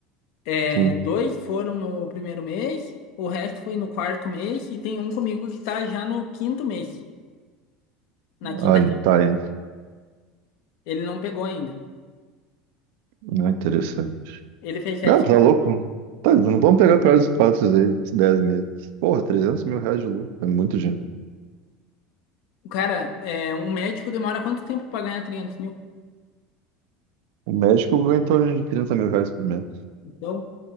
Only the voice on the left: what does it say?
É,
dois foram no primeiro mês, o resto foi no quarto mês, e tem um comigo que tá já no quinto mês, na quinta.
Ele não pegou ainda.
Ele fez 700.
Cara, é, um médico demora quanto tempo pra ganhar 300 mil?
Então,